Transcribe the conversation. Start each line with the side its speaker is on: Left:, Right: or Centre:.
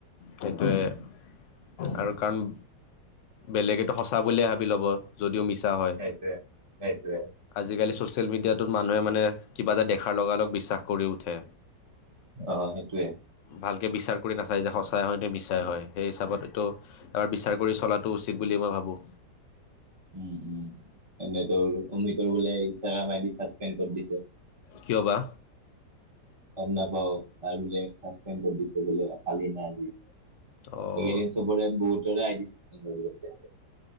Left: সেইটোৱে আৰু কাৰণ বেলেগো সঁচা বুলে ভাবি ল'ব যদিও মিছা হয়,
Right: সেইটোৱে সেইটোৱে
Left: আজিকালিৰ ছ'চিয়েল মিডিয়াটোত মানুহে মানে কিবা এটা দেখাৰ লগালগ বিশ্বাস কৰি উঠে।
Right: অ সেইটোৱে
Left: ভালকে বিচাৰ কৰি নাচায় যে সঁচাই হয় নে মিছাই হয় সেই হিচাপত এইটো এাৰ বিচাৰ কৰি চলাটো উচিত বুলি মই ভাবোঁ।
Right: উম উম এনে তোৰ অমিতৰ বোলে ইনষ্টাগ্ৰাম আই দি চ প দিছে।
Left: কিয় বা
Right: গম নাপাও তাৰ বোলে চাচপেণ্ড কৰি দিছে বোলে কালি না আজি।
Left: অঁ
Right: চবৰে বহুতৰেইছে।